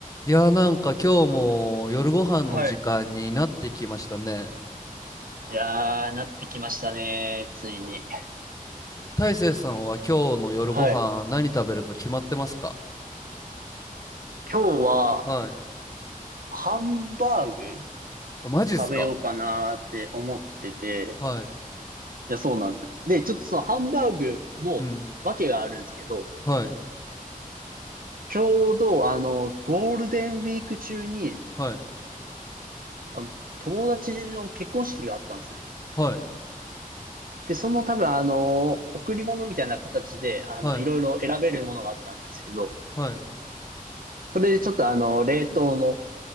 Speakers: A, on the left; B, on the right.
A: いやーなんか今日も夜ご飯の時間になってきましたね。
B: はい。いやー、なってきましたね。ついに。
A: 大成さんは今日の夜ご飯何食べるか決まってますか
B: はい。今日は、
A: は
B: ハンバーグ
A: い。マジっすか
B: 食べようかなーって思ってて、
A: はい。
B: いや、そうなんです。で、ちょっとそのハンバーグも、
A: うん。
B: わけがあるんですけど、
A: はい。
B: ちょうど、あの、ゴールデンウィーク中に、
A: はい。
B: あの、友達の結婚式があったんですよ。
A: はい。
B: で、その多分、あの、贈り物みたいな形で、あの、
A: はい。
B: いろいろ選べるものがあったんですけど、
A: はい。
B: それでちょっとあの、冷凍の